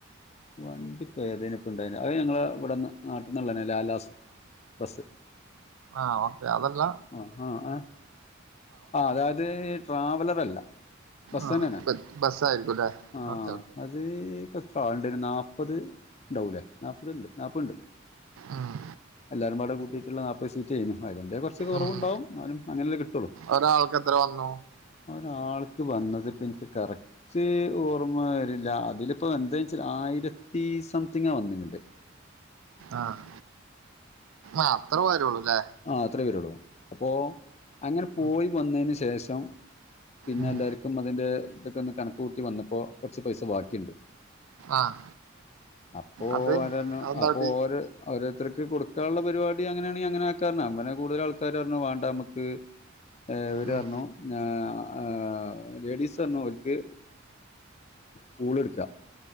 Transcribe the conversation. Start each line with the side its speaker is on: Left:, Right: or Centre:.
Left: വണ്ടിപ്പ ഏതേനിപ്പണ്ടായീനെ അഹ് ഞങ്ങളെ വടെന്നെ നാട്ട്ന്ന്ള്ളന്നെ ലാലാസ് ബസ്സ്
Right: ആ ഓക്കെ അതെല്ലാ
Left: ആ ആഹ് ഏഹ് ആ അതായത് ട്രാവലർ അല്ല ബസ്
Right: ആ
Left: തന്നെയാണ്
Right: ബസ് ബസ്സായിരിക്കുലെ.
Left: ആ
Right: ഓക്കെ ഓക്കെ
Left: അത് പ്പ എത്ര ആള്ണ്ടയ്നി നാപത് ണ്ടാവൂലെ നാപത് ണ്ട് നാപെഹ്ണ്ട്
Right: ഉം
Left: എല്ലാരും പാടെ കൂട്ടിയിട്ട്ള്ള നാപത് സീറ്റ്ര്ന്നു അതിന്റെ കൊറ്ച്ച് കൊറവ്ണ്ടാവും
Right: ഉം
Left: ന്നാലും അങ്ങനെല്ലെ കിട്ടൊള്ളു
Right: ഒരാൾക്ക് എത്ര വന്നു
Left: ഒരാൾക്ക് വന്നത്പ്പന്ക്ക് കറക് റ്റ് ഓർമ്മ വരില്ല അതിലിപ്പ എന്തെയ്ച്ചാ ല് ആയിരത്തി സംതിങ്ങ വന്നിനെത്
Right: ആഹ് ആ അത്ര വരൊള്ളൂ ലെ
Left: ആഹ് അത്രേ വര്വൊള്ളൂ അപ്പോ അങ്ങട് പോയി
Right: ഉം
Left: വന്നേന് ശേഷം പിന്നെല്ലാർക്കും
Right: ഉം
Left: അതിന്റെ തക്കെ ഒന്ന് കണക്കൂട്ടി വന്നപ്പോ കൊറ്ച്ച് പൈസ ബാക്കിയ്ണ്ട്
Right: ആഹ്
Left: അപ്പോഓരർഞ്ഞ്
Right: അത് അതെന്താട്ടി
Left: അപ്പൊ ഓര് ഓരോര്ത്രെയ്ക്ക് കൊടുക്കാൻള്ള പരിപാടി അങ്ങനെയാണെ അങ്ങനെക്കാന്നാ അപ്പ്പിന്നെ കൂടുതലാൾക്കാ ക്കാര്ർഞ്ഞു വാണ്ട നമുക്ക് ഏഹ് ഇവര്പർഞ്ഞു
Right: ഉം
Left: ഞാ ആഹ് ലേഡീസ് പറഞ്ഞു ഓൽക്ക് പൂളെട്ക്കാം